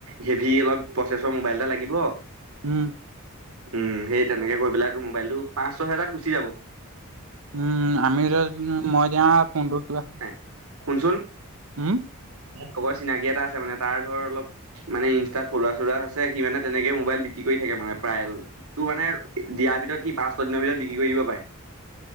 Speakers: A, on the right (about 90°); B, on the right (about 70°).
A: হেভি অলপ প্ৰচেছৰ মোবাইল এটা লাগিব।
B: উম,
A: উম, সেই তেনেকে কৈ পেলাই তোৰ মোবাইলটো, পাঁচ ছয় হেজাত গুচি যাব।
B: উম, আমি এতিয়া <unintelligible> ফোনটোত কিবা।
A: নাই শুনচোন,
B: উম,
A: মোক কবাৰ চিনাকি এটা আছে মানে তাৰ ধৰ অলপ মানে ইনষ্টাত ফলোৱাৰ চলোৱাৰ হৈছে, সি মানে তেনেকেই মোবাইল বিক্ৰী কৰি থাকে মানে প্ৰায়। তোৰ মানে, দিয়াৰ ভিতৰত সি পাঁচ-ছয়দিনৰ ভিতৰত বিক্ৰী কৰি দিব পাই।